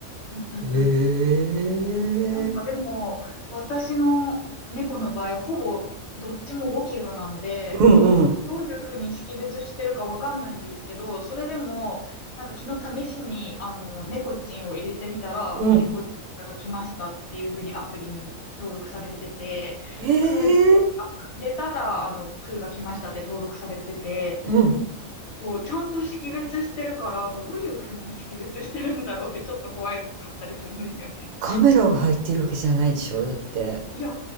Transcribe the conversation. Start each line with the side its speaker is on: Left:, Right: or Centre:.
Left: うんうんうん。
Right: へえ。
Left: なんかでも、私の猫の場合、ほぼどっちも5キロなので、
Right: うんうん。
Left: どういうふうに識別してるかわかんないんですけど、それでも、なんか昨日試しに、あの、猫ちんを入れてみたら、
Right: うん。
Left: 猫ちんが来ましたっていうふうにアプリに登録されてて、
Right: へえ。
Left: プー、あ入れたら、あの、プーが来ましたって登録されてて、
Right: うん。
Left: こう、ちゃんと識別してるから、どういうふうに識別してるんだろうってちょっと怖かったりするんですよね。
Right: カメラが入ってるわけじゃないでしょだって。
Left: いや、